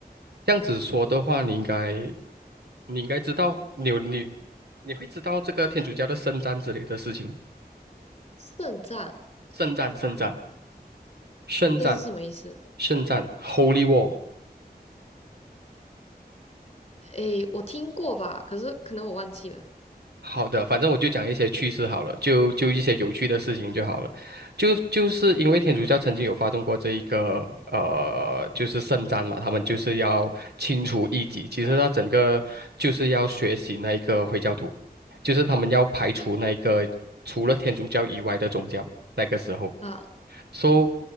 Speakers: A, on the right; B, on the left.
A: 这样子说的话，你应该你应该知道，你有你你会知道这个天主教的圣战之类的事情，
B: 肾脏
A: 圣战圣战圣战
B: 这是什么意思？
A: 圣战 Holy War。
B: 诶，我听过吧，可是可能我忘记了
A: 好的，反正我就讲一些趣事好了，就就一些有趣的事情就好了。就就是因为天主教曾经有发动过这一个呃，就是圣战嘛，他们就是要清除异己，其实他整个就是要学习那一个回教徒，就是他们要排除那一个除了天主教以外的宗教。那个时候。
B: 啊，
A: So，